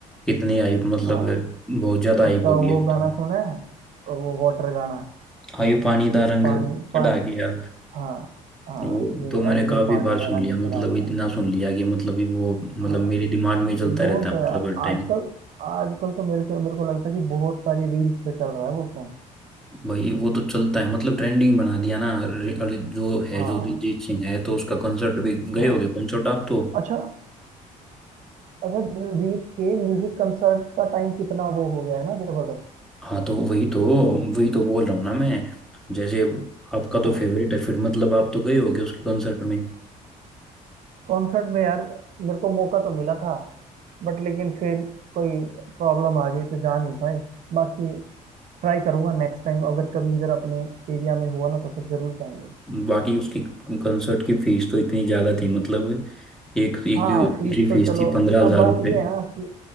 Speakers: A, in the centre; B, on the right.
A: इतनी हाइप मतलब
B: हाँ
A: बहुत ज्यादा हाइप
B: उसका
A: हो गया
B: वो गाना
A: तो
B: सुना है वो वाटर गाना
A: हाय पानी दा रंग
B: पानी
A: चढ़ा
B: पानी
A: गया
B: हाँ हाँ
A: वो
B: ये
A: तो मैंने
B: अड़िए
A: काफी
B: पानी
A: बार
B: का
A: सुन
B: रंग
A: लिया मतलब
B: चढ़ा के
A: इतना सुन लिया कि मतलब ये वो मतलब
B: हाँ
A: मेरे दिमाग में ही चलता
B: वो
A: रहता है
B: तो
A: मतलब
B: यार
A: हर
B: आजकल
A: टाइम
B: आजकल तो मेरे से मेरे को लगता है कि बहुत सारी रील्स पे चल रहा है वो सॉन्ग
A: भाई वो तो चलता है मतलब ट्रेंडिंग बना दिया ना अरे- अरे जो है
B: हाँ
A: जो दिलजीत सिंह है तो उसका कंसर्ट भी गए
B: हाँ
A: होगे कंसर्ट आप तो
B: अच्छा अच्छा दिलजीत के म्यूजिक कंसर्ट का टाइम कितना वो हो गया है ना जबरदस्त
A: हाँ तो वही तो वही तो बोल रहा हूँ ना मैं जैसे आपका तो
B: हाँ
A: फेवरेट है फिर मतलब आप तो गए होगे उसके कंसर्ट में
B: कॉन्सर्ट में यार मेरे को मौका तो मिला था बट लेकिन फिर कोई प्रॉब्लम आ गई तो जा नहीं पाए बाकी ट्राई करूंगा नेक्स्ट टाइम अगर कभी इधर अपने एरिया में हुआ ना तो फिर जरूर जाएंगे
A: बाकी उसकी कंसर्ट की फीस तो इतनी ज़्यादा थी मतलब एक एक
B: हाँ
A: एंट्री
B: फीस तो
A: फीस
B: चलो
A: थी पंद्रह हज़ार
B: अब बात
A: रुपये
B: ये है ना कि